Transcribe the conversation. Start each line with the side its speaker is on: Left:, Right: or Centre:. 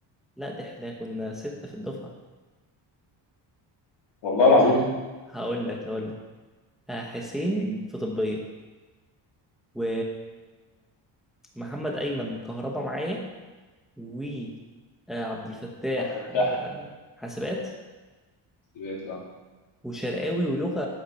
Centre: لا ده احنا كنا ستة في الدفعة
Left: والله العظيم
Centre: ه- هقول لك هقول لك آه، حسين
Left: امم
Centre: في طبية و محمد ايمن كهربا معايا و آه، عبد الفتاح
Left: امم
Centre: آه، حاسبات
Left: سمعت اه
Centre: وشرقاوي ولغة